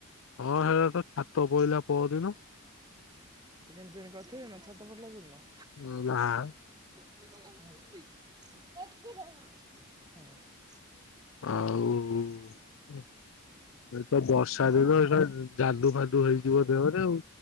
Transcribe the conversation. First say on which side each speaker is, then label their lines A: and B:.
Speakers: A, on the left (about 60°); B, on the right (about 20°).
A: ହଁ ହେରା ତ ଛାତ ପଡ଼ିଲା ପହରଦିନ।
B: ଚିକେନ ଫିକେନ୍ କରିଥିଲେ ନା ଛାତ ପଡିଲା ଦିନ।
A: ହଁ ହଁ।
B: <unintelligible> <unintelligible> ହଁ।
A: ହଉ। ଏ ତ ବର୍ଷା
B: ଆଉ
A: ଦିନ ଏଟା ଯାଦୁ ଫାଦୁ ହେଇଯିବ ଦେହରେ ଆଉ